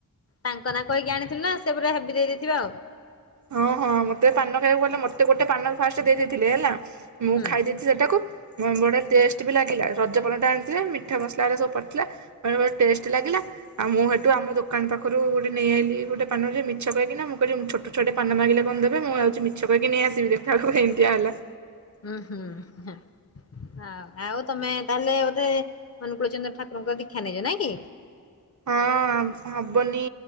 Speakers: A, on the left; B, on the right.
A: ତାଙ୍କ ନାଁ କହିକି ଆଣିଥିଲୁ ନା ସେ ପୁରା ହେବି ଦେଇ ଦେଇଥିବ ଆଉ।
B: ହଁ ହଁ ମତେ ପାନ ଖାଇବାକୁ ଗଲେ ମତେ ଗୋଟେ ପାନ ଫାଷ୍ଟ ଦେଇ ଦେଇଥିଲେ ହେଲା ମୁଁ
A: ହୁଁ
B: ଖାଇ ଦେଇଥି ସେଟାକୁ ବ-ବଢିଆ ଟେଷ୍ଟ ବି ଲାଗିଲା ରଜ ପାନଟା ଆଣିଥିଲେ ମିଠା ମସଲାରା ସବୁ ପଡିଥିଲା। ମାନେ ପୁରା ଟେଷ୍ଟ ଲାଗିଲା। ଆଉ ମୁଁ ହେଠୁ ଆମ ଦୋକାନ ପାଖରୁ ଗୋଟେ ନେଇ ଆଇଲି ଗୋଟେ ପାନଟେ ମିଛ କହିକି ମୁଁ କହିଲି ମୁ ଛୋଟ ଛୁଆଟେ ପାନ ମାଗିଲେ କଣ ଦେବ। ମୁଁ ଯାଉଚି ମିଛ କହିକ ନେଇ ଆସିବି ଦେଖିଲା ବେଳକୁଏମିତିଆ ହେଲା।
A: ହୁଁ ହୁଁ ହେଁ। ଆଉ ଆଉ ତମେ ତାହେଲେ ବୋଧେ ଅନୁକୂଳ ଚନ୍ଦ୍ର ଠାକୁରଙ୍କ ଦୀକ୍ଷା ନେଇଚ ନାଁ କି।
B: ହଁ ହବନି